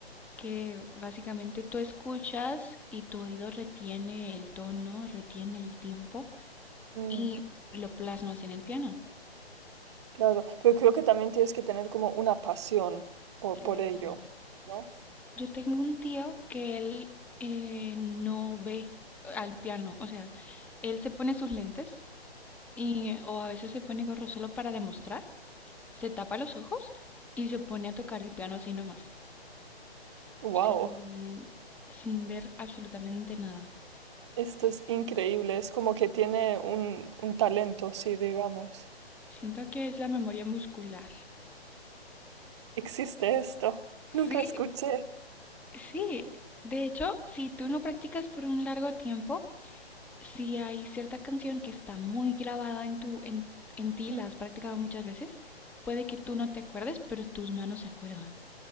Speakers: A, in the centre; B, on the right (about 25°).
A: que básicamente tú escuchas y tu oído retiene el tono, retiene el tiempo
B: Mm,
A: y lo plasmas en el piano.
B: claro, pero creo que también tienes que tener como una pasión por,
A: Claro.
B: por ello, ¿no?
A: Yo tengo un tío que él eh, no ve al piano, o sea, él se pone sus lentes y o a veces se pone gorro solo para demostrar, se tapa los ojos y se pone a tocar el piano así nomás,
B: Wow,
A: sin, sin ver absolutamente nada.
B: esto es increíble, es como que tiene un, un talento, sí, digamos.
A: Siento que es la memoria muscular.
B: Existe esto, nunca
A: Sí,
B: escuché.
A: Sí, de hecho, si tú no practicas por un largo tiempo, si hay cierta canción que está muy grabada en tu, en, en ti,
B: Mm.
A: la has practicado muchas veces, puede que tú no te acuerdes, pero tus manos se acuerdan.